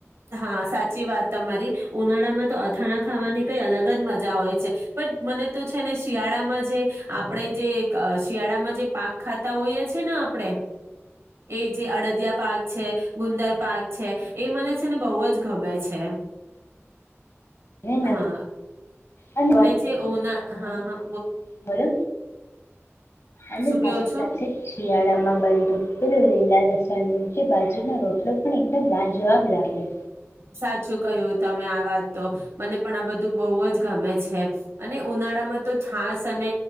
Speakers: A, on the right (about 65°); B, on the left (about 75°).
A: હા! સાચી વાત તમારી, ઉનાળામાં તો અથાણા ખાવાની કઈ અલગ જ મજા હોય છે. પણ મને તો છે ને, શિયાળામાં જે આપણે જે શિયાળામાં જે પાક ખાતા હોઈએ છે ને, આપણે એ જે અડદિયા પાક છે, ગુંદર પાક છે એ મને <unintelligible> ને બહુ જ ગમે છે.
B: અને
A: હા!
B: અને વાત
A: જે
B: <unintelligible>
A: ઉના હા
B: હહ
A: હા
B: બોલો અને
A: શું
B: સાથે
A: કેવો છો
B: સાથે શિયાળામાં બનતું. પેલું લીલા લસણનું કે, બાજરીના રોટલો પણ એકદમ લાજવાબ લાગે.
A: સાચું કહ્યું તમે આ વાત તો, મને પણ આ બધું બહુ જ ગમે છે. અને ઉનાળામાં તો છાસ અને